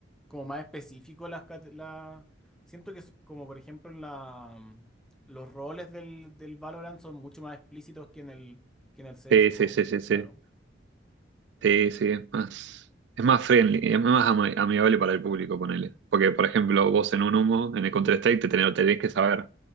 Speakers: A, in the centre; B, on the right.
A: como más específico las, cate- la- Siento que es como por ejemplo en la, mm, los roles del, del Valorant son mucho más explícitos que en el, que en el CSGO,
B: Sí, sí, sí, sí, sí.
A: claro.
B: Sí, sí, es más, es más friendly, es más ama- amigable para el público, ponele. Porque, por ejemplo, vos en un humo, en el Counter-Strike, te tenés, lo tenés que saber.